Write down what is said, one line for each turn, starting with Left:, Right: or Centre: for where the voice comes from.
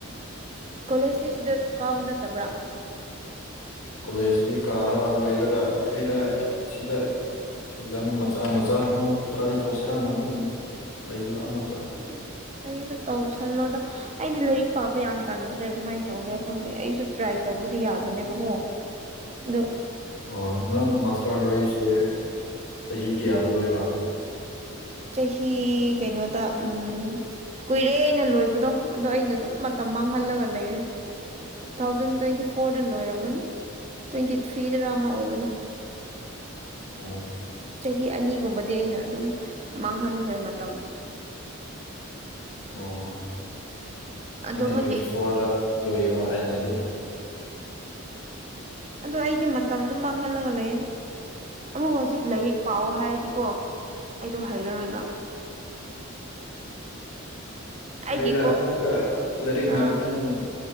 Right: ꯀꯣꯂꯦꯖꯇꯤ ꯁꯤꯗ ꯀꯥꯕ ꯅꯠꯇꯕ꯭ꯔꯥ
Left: ꯀꯣꯂꯦꯖꯇ ꯀꯥꯔ ꯂꯣꯏꯔꯒ ꯈ꯭ꯔꯤꯔ ꯑꯁꯤꯗ ꯑꯦꯛꯖꯥꯝ ꯃꯆꯥ ꯃꯆꯥ ꯇ꯭ꯔꯥꯏ ꯇꯧꯁꯤꯔꯥꯟꯅ ꯑꯗꯨꯝ ꯂꯩ ꯑꯃꯨꯛ
Right: ꯎꯝ ꯐꯩꯗ ꯇꯧꯁꯜꯂꯣꯗꯣ ꯑꯩꯗꯤ ꯂꯥꯏꯔꯤꯛ ꯄꯥꯕ ꯌꯥꯝ ꯇꯟꯈ꯭ꯔꯦ ꯀꯃꯥꯏꯅ ꯇꯧꯒꯦꯔꯥ ꯈꯪꯗꯦ ꯑꯩꯁꯨ ꯇ꯭ꯔꯥꯏ ꯇꯧꯕꯗꯤ ꯌꯥꯕꯅꯦꯕꯀꯣ ꯑꯗꯣ
Left: ꯑꯣ ꯅꯪ ꯃꯥꯁꯇꯔ ꯂꯣꯏꯁꯦ ꯆꯍꯤ ꯀꯌꯥꯗ ꯂꯣꯏꯕ
Right: ꯆꯍꯤ ꯀꯩꯅꯣꯗ ꯎꯝ ꯀꯨꯏꯔꯦꯩꯅ ꯂꯣꯏꯕꯗꯣ ꯑꯗꯣ ꯑꯩꯅ ꯑꯗꯨꯝ ꯃꯇꯝ ꯃꯥꯡꯍꯜꯂꯒ ꯂꯩꯔꯦ ꯇꯨ ꯊꯥꯎꯖꯟ ꯇ꯭ꯋꯦꯟꯇꯤ ꯐꯣꯔꯗ ꯂꯣꯏꯔꯝꯒꯅꯤ ꯇ꯭ꯋꯦꯟꯇꯤ ꯊ꯭ꯔꯤꯗꯒ ꯑꯃ ꯑꯣꯏꯕꯅꯦ
Left: ꯑꯣ
Right: ꯆꯍꯤ ꯑꯅꯤꯒꯨꯝꯕꯗꯤ ꯑꯩꯅ ꯑꯗꯨꯝ ꯃꯥꯡꯍꯟꯈ꯭ꯔꯦ ꯃꯇꯝ
Left: ꯑꯣ ꯑꯩꯅ
Right: ꯑꯗꯣ ꯍꯧꯖꯤꯛ
Left: ꯇ꯭ꯋꯦꯟꯇꯤ ꯐꯣꯔꯗ ꯂꯣꯏꯕ ꯑꯩꯅꯗꯤ
Right: ꯑꯗꯨ ꯑꯩꯗꯤ ꯃꯇꯝ ꯑꯗꯨꯝ ꯃꯥꯡꯍꯜꯂꯒ ꯂꯩꯌꯦ ꯑꯃꯕꯨ ꯍꯧꯖꯤꯛ ꯂꯥꯏꯔꯤꯛ ꯄꯥꯎꯑꯣ ꯍꯥꯏꯔꯗꯤꯀꯣ ꯑꯩꯗꯣ ꯍꯩꯔꯔꯣꯏꯕ
Left: ꯀꯔꯤꯥ
Right: ꯑꯩꯒꯤ ꯀꯣꯛ
Left: ꯑꯃꯨꯛꯀ ꯂꯥꯏꯔꯤꯛ ꯉꯥꯛꯇꯪ
Right: ꯑ